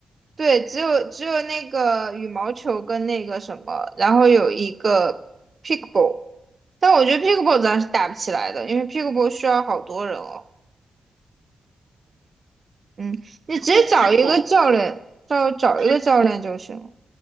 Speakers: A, on the right; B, on the right.
A: 对，只有只有那个羽毛球跟那个什么，然后有一个 pickleball，但我觉得 pickleball 咱是打不起来的，因为 pickleball 需要好多人哦。嗯，你直接找一个教练，
B: Pickleball，pickleball，pickleball。
A: 找找一个教练就行了。
B: p i c k